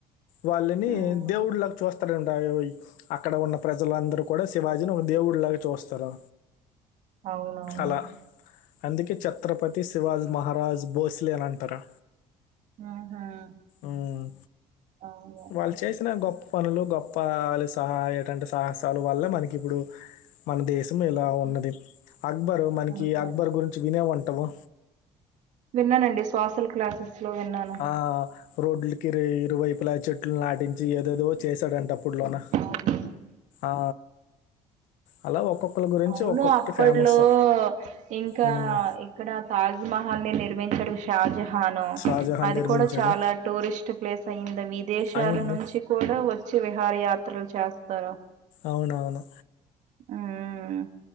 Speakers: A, on the left; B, on the right.
A: వాళ్ళని
B: మ్మ్
A: దేవుడిల్గా చూస్తడంట అక్కడ ఉన్న ప్రజలందరూ కూడా శివాజీని ఒక దేవుడిలాగా చూస్తారు
B: అవునవును
A: అలా అందుకే ఛత్రపతి శివాజ్ మహారాజ్ బోస్లే అని అంటారా
B: మ్మ్
A: ఉమ్మ్
B: అవును
A: వాళ్ళు చేసిన గొప్ పనులు గొప్ప సహా ఎటంటే సాహసాలు వల్ల మనకి ఇప్పుడు మన దేశం ఇలా ఉన్నది అక్బరు మనకి
B: అంతే
A: అక్బర్ గురించి వినే వుంటావు
B: విన్నానండి సోషల్ క్లాసెస్‌లో విన్నాను
A: ఆ రోడ్లకి ఇరు ఇరువైపులా చె ట్లు నాటించి ఏదేదో చేశాడంటా అప్పట్లోన
B: అవును
A: ఆ అలా ఒక్కొక్కరి గురించి
B: అవును
A: ఒక్కొక్కటి
B: అప్పట్లో
A: ఫేమస్
B: ఇంకా
A: ఉమ్,
B: ఎ క్కడ తాజ్మహల్ నిర్మించాడు షాజహాను
A: షాజహాన్
B: అది
A: నిర్మించాడు
B: కూడా చాలా టూరిస్ట్ ప్లేస్ అయ్యింది విదేశాల
A: అయింది
B: నుంచి కూడా వచ్చి విహార యాత్రలు చేస్తారు
A: అవునవును
B: ఉమ్మ్